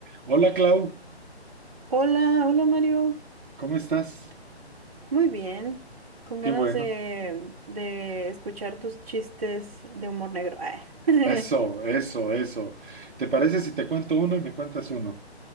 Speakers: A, on the right (about 50°); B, on the right (about 35°).
A: Hola Clau,
B: Hola, hola Mario.
A: ¿cómo estás?
B: Muy bien. Con
A: Qué
B: ganas
A: bueno.
B: de, de escuchar tus chistes de humor negro. Ah. <laughs>
A: Eso, eso, eso. ¿Te parece si te cuento uno y me cuentas uno?